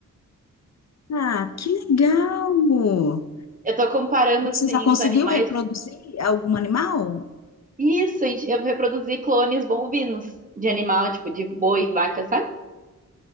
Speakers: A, on the left (about 55°); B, on the right (about 25°).
A: Ah, que legal!
B: Eu estou comparando,
A: Você
B: assim,
A: já conseguiu
B: os animais.
A: reproduzir algum animal?
B: Isso, eu reproduzi clones bovinos de animal, tipo de boi, vaca, sabe?